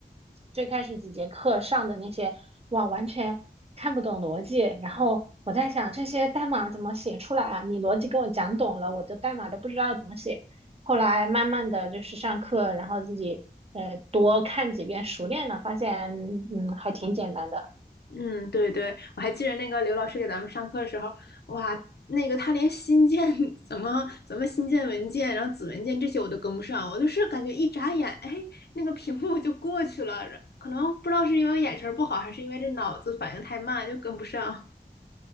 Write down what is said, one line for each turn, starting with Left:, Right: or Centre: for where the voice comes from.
Right: 最开始几节课上的那些，哇，完全看不懂逻辑。然后我在想，这些代码怎么写出来啊？你逻辑给我讲懂了，我的代码都不知道怎么写。后来慢慢的就是上课，然后自己呃多看几遍，熟练了，发现嗯还挺简单的。
Left: 嗯，对对，我还记得那个刘老师给咱们上课的时候，哇，那个他连新建 <laughs> 怎么怎么新建文件，然后子文件这些我都跟不上，我就是感觉一眨眼，哎，那个屏幕就过去了。可能不知道是因为眼神不好，还是因为这脑子反应太慢，就跟不上。